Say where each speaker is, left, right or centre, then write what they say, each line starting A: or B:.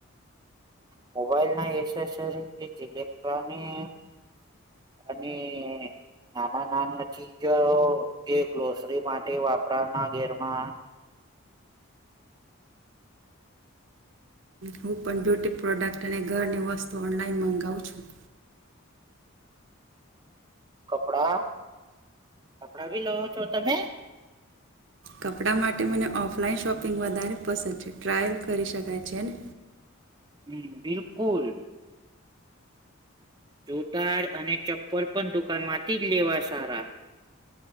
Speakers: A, on the right; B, on the right.
A: મોબાઈલ ના એસેસરી અને નાના નાના ચીજો જે ગ્રોસરી માટે વાપરાના ઘેરમાં
B: હું પણ બ્યુટી પ્રોડક્ટ અને ઘરની વસ્તુ ઓઑનલાઈન મગાવું છું
A: કપડા કપડા ભી લવો છો તમે
B: કપડાં માટે મને ઓફલાઈન શોપિંગ વધારે પસંદ છે ટ્રાયલ કરી શકાય છે ને
A: હમ બિલકુલ જોતા અને ચપલ પણ દુકાન માંથી જ લેવા સારા